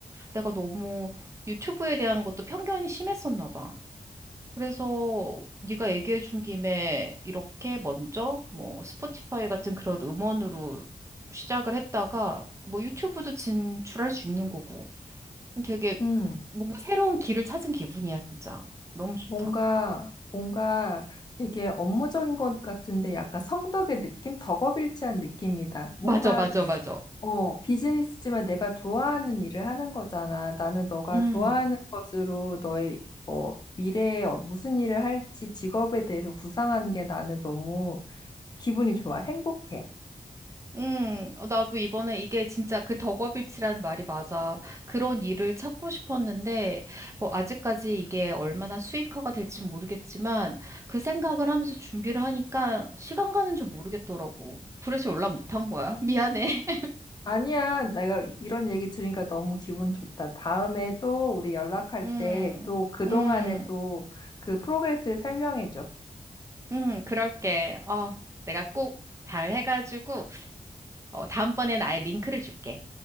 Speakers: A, on the right (about 20°); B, on the left (about 30°).
A: 내가 너무 유튜브에 대한 것도 편견이 심했었나 봐. 그래서 네가 얘기해 준 김에 이렇게 먼저 뭐 스포티파이 같은 그런 음원으로 시작을 했다가 뭐 유튜브도 진출할 수 있는 거고 되게
B: 음.
A: 뭔가 새로운 길을 찾은 기분이야, 진짜. 너무 좋다.
B: 뭔가, 뭔가 되게 업무적인 것 같은데 약간 성덕의 느낌? 덕업일치한 느낌이다. 뭔가,
A: 맞아, 맞아, 맞아.
B: 어, 비즈니스지만 내가 좋아하는 일을 하는 거잖아. 나는 너가
A: 음,
B: 좋아하는 것으로 너의, 어, 미래에 어- 무슨 일을 할지 직업에 대해서 구상한 게 나는 너무 기분이 좋아. 행복해.
A: 음, 어, 나도 이번에 이게 진짜 그 덕업일치라는 말이 맞아. 그런 일을 찾고 싶었는데, 뭐, 아직까지 이게 얼마나 수익화가 될지 모르겠지만, 그 생각을 하면서 준비를 하니까 시간 가는 줄 모르겠더라고. 그래서 연락 못 한 거야. <laughs> 미안해.
B: 아니야. 내가 이- 이런 얘기 들으니까 너무 기분 좋다. 다음에 또 우리 연락할
A: 음,
B: 때 또 그동안에
A: 음,
B: 또 그 프로그레스를 설명해줘.
A: 음, 그럴게. 어, 내가 꼭 잘 해가지고, 어, 다음번엔 아예 링크를 줄게.